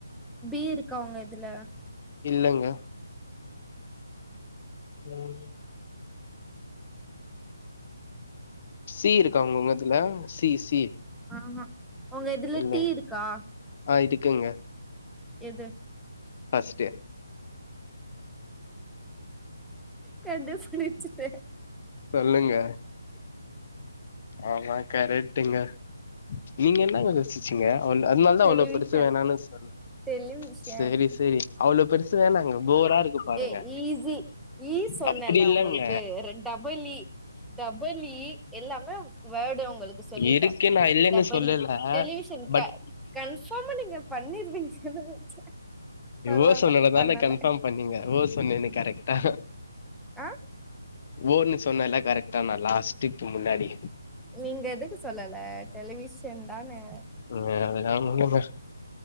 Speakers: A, in the centre; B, on the left.
A: பி இருக்கா உங்க இதுல
B: இல்லங்க ம் சி இருக்காங்க உங்க இதுல சி சி
A: ஆஹ உங்க இதுல
B: இல்ல
A: டீ இருக்கா
B: ஆ இருக்குங்க
A: எது
B: ஃபஸ்ட்
A: கண்டு புடிச்சிட்டே
B: சொல்லுங்க ஆமா கரெக்ட்டுங்க நீங்க என்னங்க சிச்சுங்க அதனால தா
A: டெலிவிஷன்
B: அவ்ளோ பெருசு வேணான்னு சொன்னே
A: டெலிவிஷன்
B: சேரி சேரி அவ்ளோ பெருசு வேணாங்க போரா இருக்கு பாருங்க
A: ஏ ஈஸி ஈ சொன்னேல்ல
B: அப்டி இல்லங்க
A: உங்களுக்கு ரெண்டாம் டபிள் ஈ டபிள் ஈ எல்லாமே வேடு உங்களுக்கு இப்ப சொல்லிட்டே
B: இருக்கு நா இல்லன்னு
A: டபிள்
B: சொல்லல
A: ஈ டெலிவிஷன்
B: பட்
A: க கன்ஸ் ஆமா நீங்க பண்ணிருவீங்கன்னு நெனச்சே பரவால்ல
B: ஓ சொன்னது தானே
A: பண்ணல
B: கன்ஃபாம் பண்ணீங்க ஓ சொன்னேனே கரெக்டா
A: ஆ
B: ஓன்னு சொன்னேல்லா கரெக்டா நா லாஸ்ட்டுக்கு முன்னாடி
A: நீங்க எதுக்கு சொல்லல டெலிவிஷன் தானே
B: ம் அதல்லா முன்னங்க